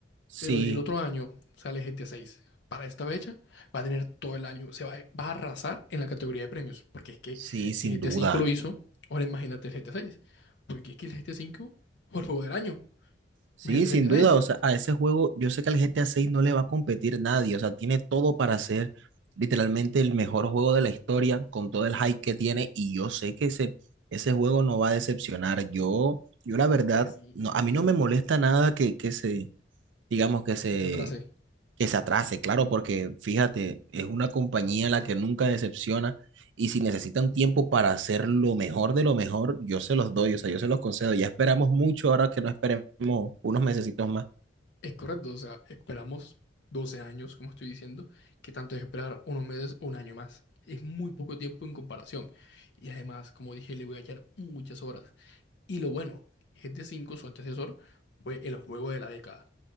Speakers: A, on the right; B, on the left.
A: sí,
B: Pero si el otro año sale GTA 6 para esta fecha, va a tener todo el año, se va, va a arrasar en la categoría de premios, porque es que
A: sí,
B: si
A: sin
B: GTA
A: duda.
B: 5 lo hizo, ahora imagínate el GTA 6, porque es que el GTA 5 fue el juego del año,
A: Sí,
B: imagínate
A: sin
B: el GTA
A: duda,
B: 6,
A: o sea, a ese juego yo sé que al GTA 6 no le va a competir nadie, o sea, tiene todo para ser literalmente el mejor juego de la historia con todo el hype que tiene y yo sé que ese, ese juego no va a decepcionar. Yo, yo la verdad,
B: que sí,
A: no, a mí no me molesta nada que, que se, digamos, que se,
B: que se atrase,
A: que se atrase, claro, porque fíjate, es una compañía la que nunca decepciona y si necesitan tiempo para hacer lo mejor de lo mejor, yo se los doy, o sea, yo se los concedo. Ya esperamos mucho, ahora que no esperemos unos mesecitos más.
B: es correcto, o sea, esperamos 12 años, como estoy diciendo, que tanto es esperar unos meses o un año más, es muy poco tiempo en comparación, y además, como dije, le voy a echar muchas horas, Y lo bueno, GTA V, su antecesor, fue el juego de la década.